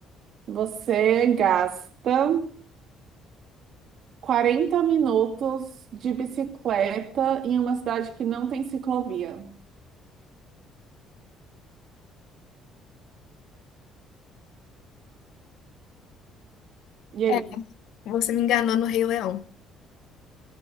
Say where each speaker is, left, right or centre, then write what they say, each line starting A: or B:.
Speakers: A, on the right; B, on the left.
A: Você gasta 40 minutos de bicicleta em uma cidade que não tem ciclovia. E aí?
B: É, você me enganou no Rei Leão.